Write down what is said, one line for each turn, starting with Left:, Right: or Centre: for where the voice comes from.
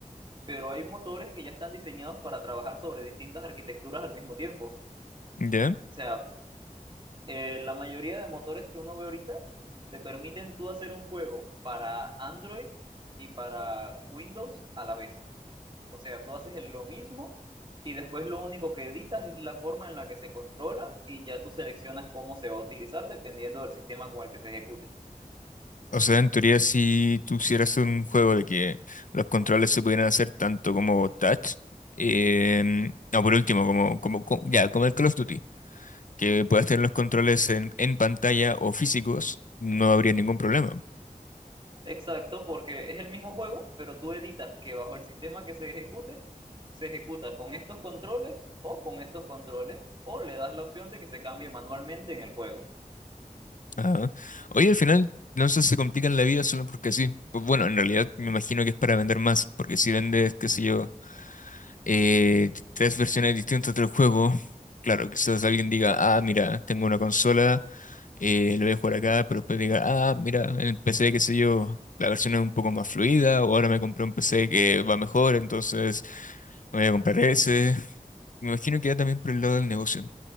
Right: pero hay motores que ya están diseñados para trabajar sobre distintas arquitecturas al mismo tiempo.
Left: ¿ya?
Right: O sea, eh, la mayoría de motores que uno ve ahorita te permiten tú hacer un juego para Android y para Windows a la vez. O sea, tú haces el- lo mismo y después lo único que editas es la forma en la que se controla y ya tú seleccionas cómo se va a utilizar dependiendo del sistema con el que se ejecute.
Left: O sea, en teoría, si tú hicieras un juego de que los controles se pudieran hacer tanto como touch, eh, o por último, como, como, co- ya, como el Call of Duty, que puedas tener los controles en, en pantalla o físicos, no habría ningún problema.
Right: Exacto, porque es el mismo juego, pero tú editas que bajo el sistema que se ejecute, se ejecuta con estos controles o con estos controles, o le das la opción de que se cambie manualmente en el juego.
Left: Ajá. Oye, al final, no sé, si se complican la vida solo porque sí. Pues bueno, en realidad me imagino que es para vender más, porque si vendes, qué sé yo. eh, tres versiones distintas del juego. Claro, quizás alguien diga, ah, mira, tengo una consola, eh, lo voy a jugar acá, pero después diga, ah, mira, en PC, qué sé yo, la versión es un poco más fluida, o ahora me compré un PC que va mejor, entonces me voy a comprar ese. Me imagino que va también por el lado del negocio.